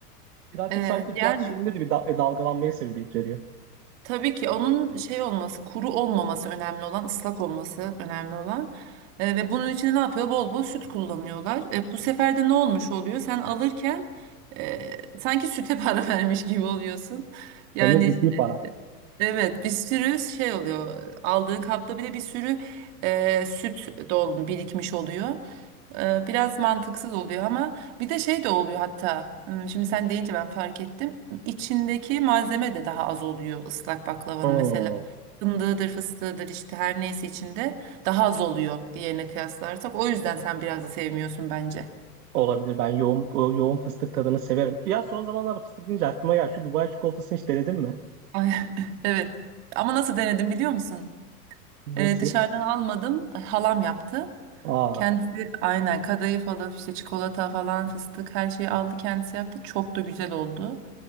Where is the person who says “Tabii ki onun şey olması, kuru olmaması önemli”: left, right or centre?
Right